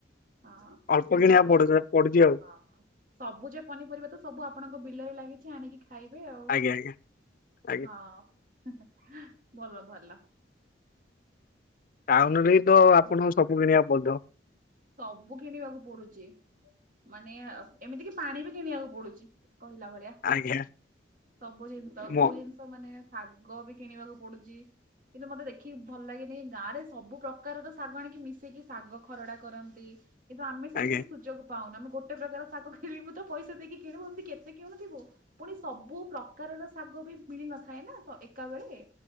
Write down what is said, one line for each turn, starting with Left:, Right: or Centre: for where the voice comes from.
Right: ହଁ
Left: ଅଳ୍ପ
Right: କିନ୍ତୁ
Left: କିଣିବାକୁ
Right: ଆପଣ
Left: ପଡୁ
Right: ହଁ
Left: ପଡୁଛି ଆଉ
Right: ହଁ। ସବୁଜ ପନିପରିବା ତ ସବୁ ଆପଣଙ୍କ ବିଲରେ ଲାଗିଛି ଆଣିକି ଖାଇବେ ଆଉ
Left: ଆଜ୍ଞା ଆଜ୍ଞା ଆଜ୍ଞା।
Right: ହଁ <unintelligible> ଭଲ ଭଲ।
Left: ଟାଉନ ରେବି ତ ଆପଣଙ୍କୁ ସବୁ କିଣିବାକୁ ପଡୁଥିବ।
Right: ସବୁ କିଣିବାକୁ ପଡୁଚି। ମାନେ ଅ ଏମିତି କି ପାଣି ବି କିଣିବାକୁ ପଡୁଚି କହିଲା ଭଳିଆ।
Left: ଆଜ୍ଞା
Right: ସବୁ ଜିନିଷ
Left: ମୋ
Right: କୋଉ ଜିନିଷ ମାନେ ଶାଗ ବି କିଣିବାକୁ ପଡୁଚି। କିନ୍ତୁ ମତେ ଦେଖିକି ଭଲ ଲାଗେ ନି ଗାଁରେ ସବୁ ପ୍ରକାରର ଶାଗ ଆଣିକି ମିଶେଇକି ଶାଗ ଖରଡା। କରନ୍ତି କିନ୍ତୁ ଆମେ ସେତିକି
Left: ଆଜ୍ଞା
Right: ସୁ ଯୋଗ ପାଉନା ଆମେ ଗୋଟେ ପ୍ରକାର ଶାଗ କିଣିବୁ ତ ପଇସା ଦେଇକି କିଣୁ ଏମିତି କେତେ କିଣୁଥିବୁ। ପୁଣି ସବୁ ପ୍ରକାରର ଶାଗ ବି ମିଳି ନଥାଏ ନା ତ ଏକାବେଳେ।